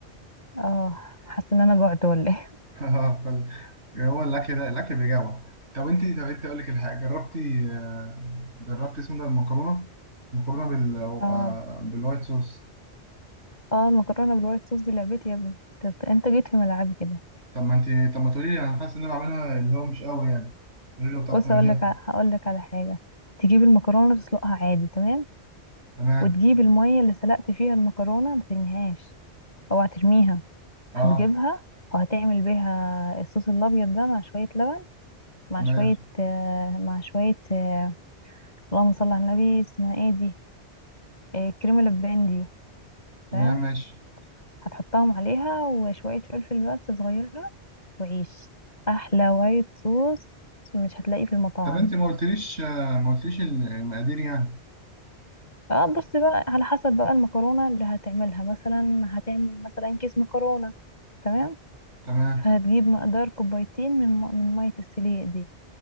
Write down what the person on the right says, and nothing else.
<laughs> كل- يعني هو الاكل ده الاكل بيجوع طب انت طب انت اقول لك الحاجه جربتي آه، جربتي اسمه ده المكرونه المكرونه بال
آه،
بالوايت صوص
طب ما انت طب ما تقولي لي انا حاسس ان انا بعملها اللي هو مش قوي يعني قولي لي لو بتعرف
تعمليها
تمام
اه
تمام
تمام
ماشي
طب انت ما قلتليش آه، ما قلتليش المقادير يعني
تمام